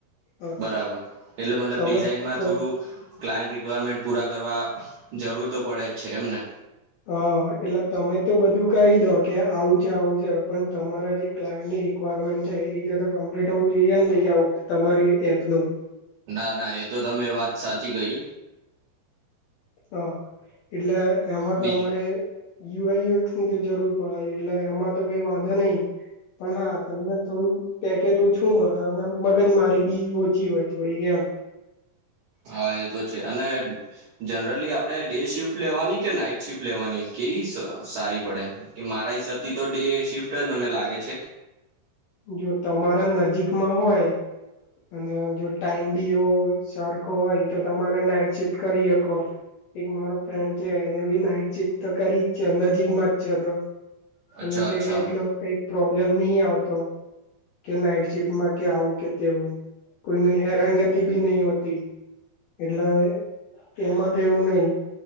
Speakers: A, on the left; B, on the right.
A: હ
B: બરાબર એટલે મતલબ
A: તમે
B: ડિઝાઇનમાં
A: પ્રો
B: થોડું ક્લાયન્ટ રિક્વાયરમેન્ટ પૂરા કરવા જરૂર તો પડે જ છે એમને.
A: હ એટલે તમે તો બધું કહી દો કે આવું છે, આવું છે, પણ તમારા જે ક્લાયન્ટની રિકવારમેન્ટ છે એ રીતે તો કમ્પ્લીટ હોવું જોઈએ ને લેઆઉટ તમારી એપનુ.
B: ના ના એ તો તમે વાત સાચી કઈ.
A: હા એટલે એમાં
B: બીજું
A: તમારે યુ. આઈ. યુ. એક્સ. ની તો જરૂર પડાય એટલે એમાં તો કઈ વાંધો નહિ. પણ હા તમને થોડું પેકેજ ઓછું મળે મગજ મારી બી ઓછી હોય થોડીક એમ.
B: હા એ તો છે અને જનરલી આપણે ડે શિફ્ટ લેવાની કે નાઈટ શિફ્ટ લેવાની. કેવી સારી પડે કે મારા હિસાબથી તો ડે શિફ્ટ જ મને લાગે છે.
A: જો તમારા નજીકમાં હોય અને જો ટાઈમ ભી એવો સરખો હોય તો તમારે નાઈટ શિફ્ટ કરી અકો. એક મારો ફ્રેન્ડ છે એને ભી નાઈટ શિફ્ટ તો કરી જ છે નજીકમાં જ છે તો અને
B: અચ્છા
A: કે
B: અચ્છા
A: કે એટલો કઈ પ્રોબ્લેમ નહી આવતો કે નાઈટ શિફમાં કે આવું કે તેવું કોઈની હેરાનગતિ ભી નહી હોતી એટલે હવે એમાં તો એવું નહી.